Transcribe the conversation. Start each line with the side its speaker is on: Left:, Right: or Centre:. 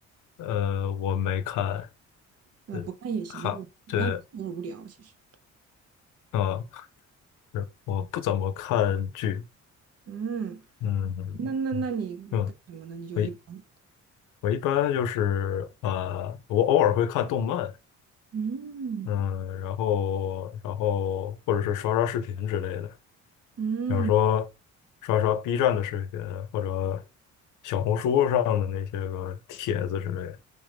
Left: 呃，我没看，
Right: 呃，
Left: 对，
Right: 不看也行，
Left: 哈，
Right: 因为我刚看有点无聊，
Left: 对，
Right: 其实。
Left: 啊、是我不怎么看剧，
Right: 嗯，
Left: 嗯
Right: 那那那你干什么呢？
Left: 嗯，
Right: 你就一般。
Left: 我一我一般就是啊，我偶尔会看动漫，
Right: 嗯。
Left: 嗯，然后然后或者是刷刷视频之类的，
Right: 嗯，
Left: 比如说刷刷 B 站的视频，或者小红书上的那些个帖子之类的。